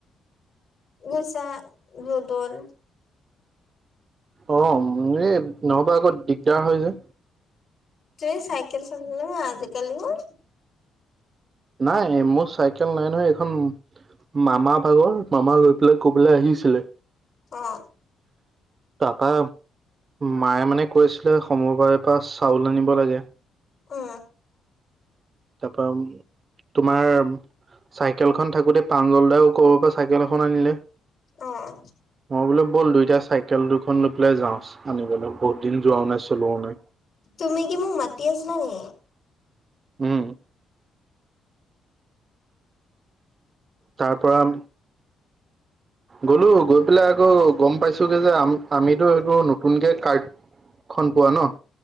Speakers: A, on the left; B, on the right.
A: গৈছা ৰ'দত!
B: অ উম অ এই নহ'বা আকৌ দিগদাৰ হয় যে।
A: তুমি চাইকেল চলোৱা ন' আজি-কালিও?
B: নাই। মোৰ চাইকেল নাই নহয়। এইখন মামা ভাগৰ, মামা লৈ পেলাই ক'বালে আহিছিলে।
A: অ
B: তাপা মায়ে মানে, কৈছিলে সমবায়পা চাউল আনিব লাগে।
A: ও
B: তাপা ম তোমাৰ, চাইকেলখন থাকোতে পাঞ্জলদাও কৰ বাপা চাইকেল এখন আনিলে।
A: অ'।
B: মই বোলেো ব'ল দুইটা চাইকেল দুখন লৈ পেলাই যাওঁ আনিবলে। বহুত দিন যোৱাও নাই, চলোৱাও নাই।
A: তুমি কি মোক মাতি আছিলা নি?
B: উম তাৰপৰা- গ'লো। গৈ পেলাই আকৌ গম পাইছোগে যে আমি -আমিটো এইটো নতুনকে কাৰ্ডখন পোৱা ন'।